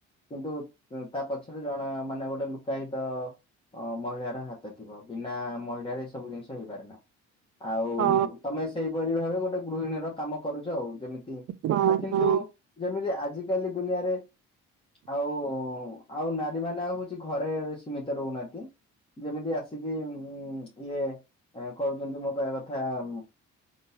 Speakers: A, on the left; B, on the right.
A: କିନ୍ତୁ ତା ପଛରେ ଜଣେ ମାନେ ଗୋଟେ ଲୁକାୟିତ ଅ ମହିଳାର ହାତ ଥିବ। ବିନା ମହିଳାରେ ଏ ସବୁ ଜିନିଷ ହେଇପାରେ ନା। ଆଉ
B: ହଁ
A: ତମେ ସେଇପରି ଭାବେ ଗୋଟେ ଗୃହିଣୀର କାମ କରୁଛ ଆଉ। ଯେମିତି,
B: ହଁ
A: ଆ କିନ୍ତୁ
B: ହଁ
A: ଯେମିତି ଆଜିିକାଲି ଦୁନିଆରେ ଆଉ, ଆଉ ନାରୀ ମାନେ ଆଉ ହଉଛି ଘରେ ସୀମିତ ରହୁନାହାନ୍ତି। ଯେମିତି ଆସିକି ଇଏ କରୁଛନ୍ତି ମୋ କହିବା କଥା ଏ